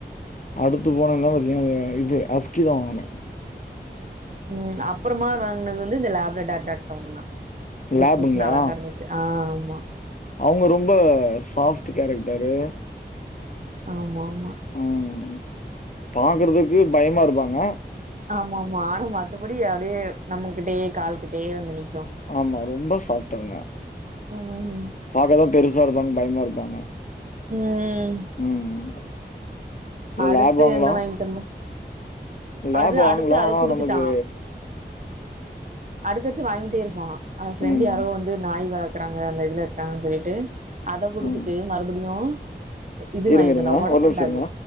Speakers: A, on the left (about 45°); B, on the right (about 45°).
A: அடுத்து போனனா பாத்தீங்க இது அஸ்கிதா வாங்குணு
B: ம் அப்பொறமா வாங்குனது வந்து இந்த லேப்லெட் அர்டாகவங்க தா புஸ்
A: லேபுங்களா?
B: புஸுனு அழகா இருந்துச்சி ஆ ஆமா
A: அவங்க ரொம்ப சாஃப்டு கேரக்டரு
B: ஆமா ஆமா
A: ம் பாக்குறதுக்கு பயமா இருப்பாங்க
B: ஆமா ஆமா ஆனா மத்தபடி அப்டியே நம்மகிட்டயே கால்கிட்டயே வந்து நிக்கு
A: ஆமா ரொம்ப சாஃப்டு அவுங்க
B: ம்
A: பாக்கதா பெருசா இருப்பாங்க பயமா இருப்பாங்க
B: ம்
A: ம்.
B: அடுத்து
A: லேப் வாங்கலாம்.
B: என்ன வாங்கிட்டு வந்த
A: லேப்
B: அது
A: வாங்கலாம்.
B: அடுத்து அத
A: ஆனா
B: குடுத்துட்டா
A: நமக்கு
B: அடுத்தடுத்து வாங்கிட்டே இருப்பான் அந்த ஃப்ரெண்டு்
A: ம்,
B: யாரோ வந்து நாய் வள க்குறாங்க அந்த இதுல இருக்காங்கன் சொல்லிட்டு அத குடுத்துட்டு
A: ம்.
B: மறுபடியு இது
A: இருங்க,
B: வாங்கிட்டு
A: இருங்க.
B: வந்தா வோடஃபோன்
A: ஒரு நிமிஷம்
B: டாகு
A: இருங்க.